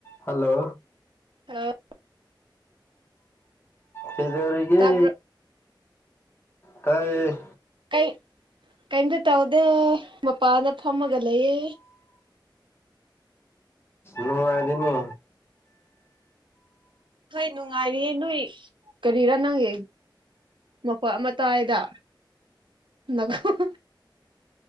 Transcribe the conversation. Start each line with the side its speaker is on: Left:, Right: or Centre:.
Left: Hello
Right: hello
Left: ꯀꯩꯗꯧꯔꯤꯒꯦ
Right: ꯇꯥꯕ꯭ꯔꯣ
Left: ꯇꯥꯏ
Right: ꯀꯩ ꯀꯩꯝꯇ ꯇꯧꯗꯦ ꯃꯄꯥꯗ ꯐꯝꯃꯒ ꯂꯩꯌꯦ
Left: ꯅꯨꯡꯉꯥꯢꯔꯤꯃꯣ
Right: ꯍꯣꯏ ꯅꯨꯡꯉꯥꯏꯔꯤꯌꯦ ꯅꯣꯏ ꯀꯔꯤꯔꯥ ꯅꯪꯒꯤ ꯃꯈꯣꯜ ꯑꯃ ꯇꯥꯏꯗ ꯅꯈꯣꯟ